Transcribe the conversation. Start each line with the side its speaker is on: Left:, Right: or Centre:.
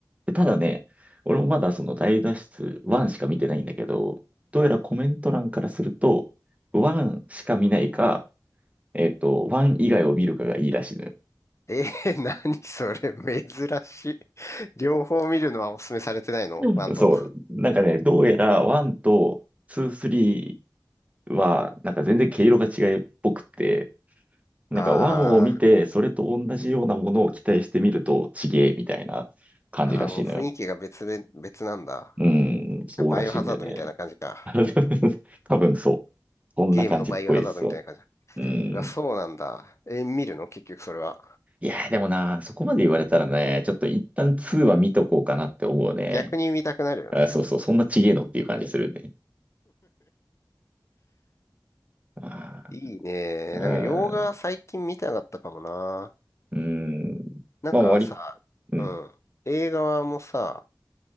Right: でただね、俺もまだその大脱出1しか見てないんだけど、どうやらコメント欄からすると、1しか見ないか、えっと、1以外を見るかがいいらしいのよ。
Left: ええー、<laughs> 何それ、珍しい。<laughs> 両方見るのはお勧めされてないのワンとツ
Right: うんそう。なんかね、どうやら1と2、3は、なんか全然毛色が違いっぽくて、なんかワンを見て、
Left: ー。ああ。
Right: それと同じようなものを期待してみると、ちげえみたいな感じらしいのよ。
Left: ああ、もう雰囲気が別々、別なんだ。
Right: うん、そうらしいんでね。
Left: バイオハザードみたいな感じか。
Right: <laughs> 多分そう。そんな感じっぽいですよ。
Left: ゲームのバイオハザードみたいな感じだ。
Right: うん。
Left: うわ、そうなんだ。え、見るの結局それは。
Right: いやーでもな、そこまで言われたらね、ちょっと一旦2は見とこうかなって思うね。
Left: 逆に見たくなるよね。
Right: あ、そうそう、そんなちげえのっていう感じするね。あ
Left: いいね。
Right: ー
Left: なんか洋画最近見たかったかもな。
Right: うん。うん
Left: なんかさ、
Right: まあ、終わり。うん。
Left: うん。映画はもうさ、